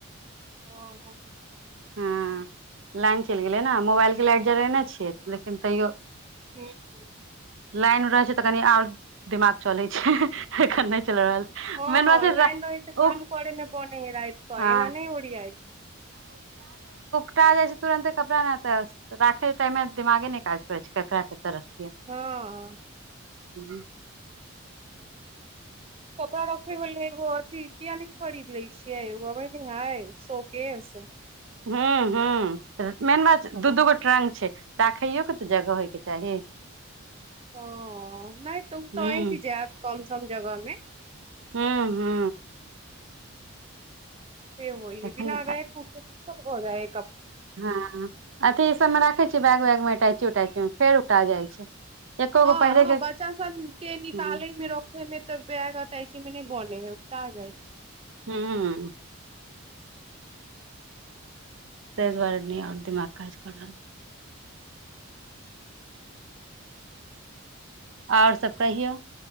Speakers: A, on the right; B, on the right.
A: ओ हो
B: हँ लाइन चलि गेलै ने मोबाइल के लाइट जरेने छियै लेकिन तैयो
A: ह्म
B: लाइन रहैत छै तऽ कनि आ और दिमाग चलै छै एखन नहि चल रहल छै
A: हँ
B: मेन बात छै
A: लाइन रहि छै काम
B: ओ
A: करमे बने रात क
B: हँ
A: ए न नहि ओड़ियाइ
B: कटा जाय छै तुरंते कपड़ा ने तऽ राखे टाइ मे दिमागे ने काज करे छै ककरा त रखिए
A: हँ
B: ह
A: कपड़ा रखय लो अथथि किया नहि खरीद लै छियै हबै न हाय शो केस
B: ह ह मेन बात दू दूगो ट्रंक छै राखैयो के तऽ जगह होयके चाही
A: ह नहि तू
B: हूँ
A: तऽ अइट जायत कम सम जगह में
B: हू हू
A: से होइहे
B: एखन
A: बिना रैक के दिक्कत हो जाए
B: हँ अथी ई सबमे राखै छिय बैग वैग मे इटाैची अटाइची मे फेर उक्टा जाइ छै एको गो
A: हँ
B: पहिरे
A: हँ
B: के
A: बच्चा सब के निकालै
B: हूँ
A: मे रखे मे तब बैग अटाइची मे तऽ नइ बोनेै हे उकटा जाइ
B: हूँ ताहि दुआरे नै आब और दिमाग काज कऽ रहल छै आऔर सब कहियौ